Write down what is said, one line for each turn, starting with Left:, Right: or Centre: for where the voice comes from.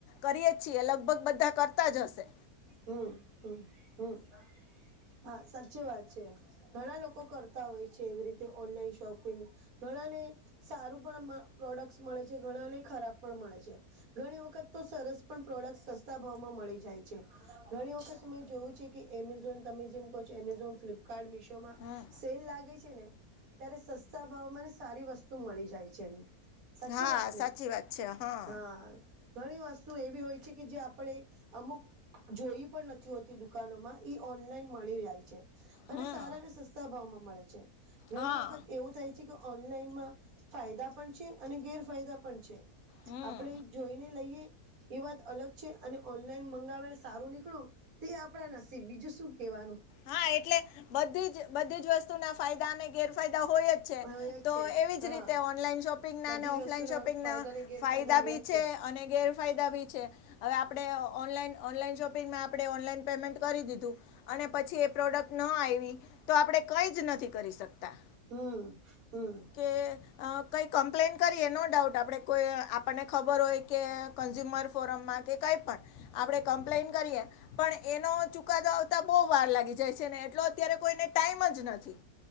Left: કરીએ જ છીએ લગભગ બધા કરતાં જ હશે.
Right: હમ્મ હમ્મ હમ્મ હા સાચી વાત છે. ઘણા લોકો કરતા હોય છે એવી રીતે ઓનલાઈન શોપિંગ ઘણાને સારું પણ મ પ્રોડક્ટસ મળે છે ઘણાને ખરાબ પણ મળે છે. ઘણી વખત તો સરસ પણ પ્રોડક્ટ સસ્તા ભાવમાં મળી જાય છે. ઘણી વખત મે જોયું છે કે એમેઝોન તમે જેમ કહો છો એમેઝોન ફ્લિપ કાર્ડ મીશોમાં
Left: હમ
Right: સેલ લાગે છે ને ત્યારે સસ્તા ભાવમાં સારી વસ <unintelligible> મળી જાય છે સાચી
Left: હા
Right: વાતને
Left: સાચી વાત છે હા
Right: હાં. ઘણી વસ્તુ એવી હોય છે કે જે આપણે અમુક જોઈ પણ નથી હોતી દુકાનોમાં ઈ ઓનલાઈન મળી જાય છે
Left: હમ
Right: અને સારા ને સસ તા ભાવમાં મળે છે ઘણી
Left: હા
Right: વખત એવું થાય છે કે ઓનલાઈનમાં ફાયદા પણ છે અને ગેરફાયદા પણ છે
Left: હમ હમ
Right: આપણે જોઈને લઈએ તે વાત અલગ છે અને ઓનલાઈન મંગાવેલ સારું નીકળું તે તે આપણા નસીબ બીજું શું કેહેવાનું.
Left: હા એટલે બધીજ બધી જ વસ્તુ ના ફાયદા અને ગેરફાયદા હોય જ છે
Right: હોય જ
Left: તો
Right: છે
Left: એવી જ
Right: હા
Left: રીતે ઓનલાઈન શોપિંગના
Right: બધી
Left: અને ઓફલાઈન
Right: જ વસ્તુના
Left: શોપિંગના
Right: ફાયદા અને ગેરફાયદા
Left: ફાયદા
Right: હોય
Left: બી
Right: જ
Left: છે અને ગેરફાયદા બી છે. હવે આપડે ઓનલાઈન ઓનલાઈન શોપિંગમાં આપડે ઓનલાઈન પેમેન્ટ કરી દીધું અને પછી એ પ્રોડક્ટ ન આયવી તો આપણે કંઈજ નથી કરી શકતા.
Right: હમ્મ હમ્મ.
Left: કે અ કંઈ કમ્પ્લેન કરીએ નો ડાઉટ આપણે કોઈ આપણને ખબર હોય કે કન્ઝ્યુમર ફોરમમાં કે કાઈ પણ આપડે કમ્પ્લેન કરીએ પણ એનો ચુકાદો આવતા બો વાર લાગી જાય છે ને એટલો અત્યારે કોઈને ટાઈમ જ નથી.